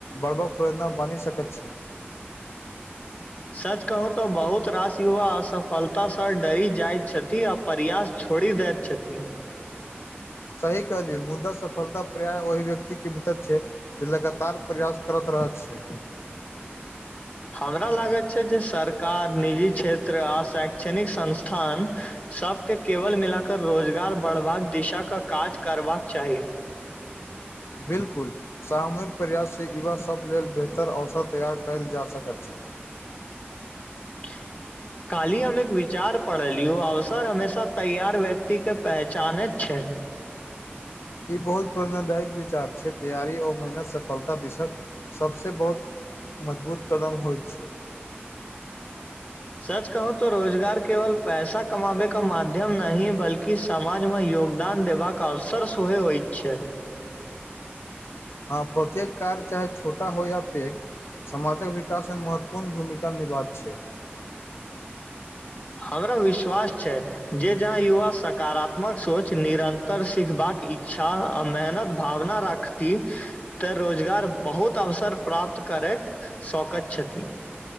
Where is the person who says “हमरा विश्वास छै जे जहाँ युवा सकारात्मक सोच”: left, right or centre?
Left